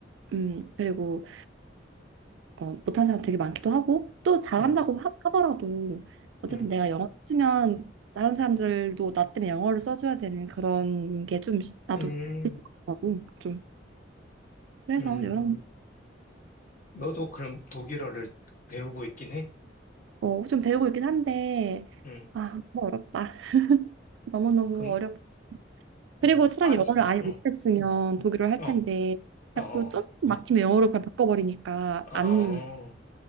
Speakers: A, on the right; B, on the left.
A: 음 그리고 어, 못하는 사람 되게 많기도 하고 또 잘한다고
B: 응,
A: 하, 하더라도 어쨌든
B: 응,
A: 내가 영어 쓰면 다른 사람들도 나 때문에 영어를 써줘야 되는 그런 게 좀 나도
B: 음,
A: 하고 좀 그래서
B: 음.
A: 여러
B: 너도 그럼 독일어를 배우고 있긴 해?
A: 어좀 배우고 있긴 한데
B: 응,
A: 아 너무 어렵다 <laughs> 너무너무
B: 그럼,
A: 어렵 그리고
B: 음,
A: 차라리
B: 아기,
A: 영어를 아예
B: 어,
A: 못했으면 독일어를 할
B: 어,
A: 텐데
B: 어.
A: 자꾸
B: 어.
A: 좀 막히면 영어로 그냥 바꿔버리니까
B: 아,
A: 안